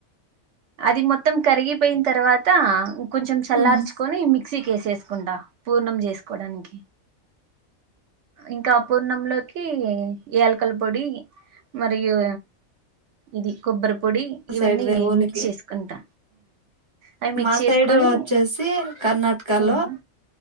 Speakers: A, on the right (about 65°); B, on the right (about 35°).
A: అది మొత్తం కరిగిపోయిన తర్వాత కొంచెం చల్లార్చుకొని
B: ఉమ్
A: మిక్సీ కేసేసుకుంటా పూర్ణం చేసుకోడానికి ఇంకా పూర్ణంలోకి యాలకల పొడి మరియు ఇది కొబ్బర్ పొడి ఇవన్నీ
B: సైడ్ వే ఓలిగి
A: మిక్స్ చేసుకుంటా అవి మిక్స్
B: మా
A: చేసుకొని
B: సైడు వచ్చేసి కర్ణాటక
A: మ్
B: లో